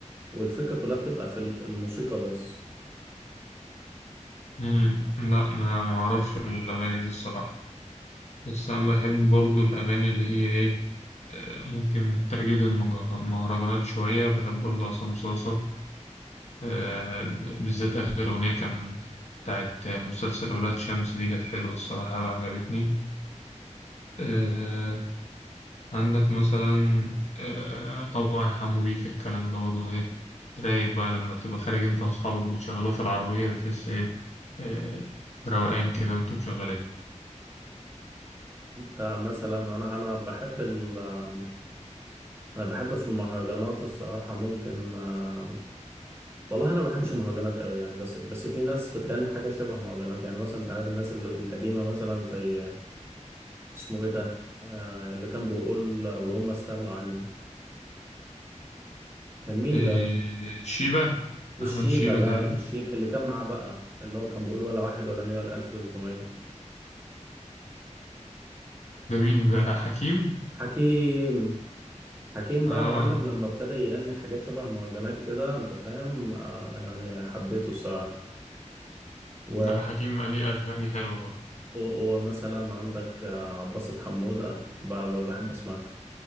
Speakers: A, on the right; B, on the left.
A: والفكرة كلها بتبقى في ال- الموسيقى بس
B: مم، لا ما أعرفش الأغاني دي الصراحة بس أنا بحب برضو الأغاني اللي هي إيه آه، ممكن تجد المهرجانات شوية بحب برضو عصام صاصة آه، بالذات آخر أغنية كان بتاعت مسلسل ولاد شمس دي كانت حلوة الصراحة وعجبتني آه، عندك مثلا آه، آه، طبعا حمو بيك الكلام ده برضو إيه رايق بقى لما تبقى خارج أنت وأصحابك بتشغلوه في العربية بتحس إيه آه، روقان كده وأنتم مشغلين
A: انت مثلا انا انا بحب ال آه، انا بحب في المهرجانات الصراحة ممكن آه، والله انا ما بحبش المهرجانات قوي يعني بس بس في ناس بتغني حاجه شبه مهرجانات يعني مثلا انت عارف الناس ال- القديمه مثلا زي اسمه ايه ده آه اللي كان بيقول وهم استغنوا عني كان مين
B: آه،
A: ده
B: شيبة
A: مش
B: أحمد
A: شيبه
B: شيبة
A: لا
B: تقريبا
A: مش شيبه اللي كان معاه بقى اللي هو كان بيقول ولا واحد ولا مية ولا الف تلتمية
B: ده مين ده حكيم
A: حكيم حكيم بقى
B: اه
A: يا معلم لما ابتدى يغني حاجات شبه المهرجانات كده انت فاهم آه يعني حبيته الصراحه و...
B: لا حكيم ليه اغاني حلوه برضه
A: و... ومثلا عندك آه، عباسة حمودة ب... ب... بحب اسمعها